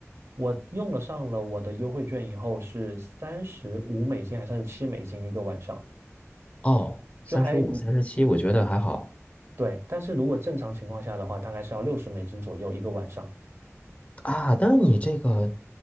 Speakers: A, on the right; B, on the left.
A: 我用了上了我的优惠券以后是三十五美金还是三十七美金一个晚上，
B: 哦，三十五、
A: 就还
B: 三十七，我觉得还好
A: 对。但是如果正常情况下的话，大概是要六十美金左右一个晚上。
B: 啊。那你这个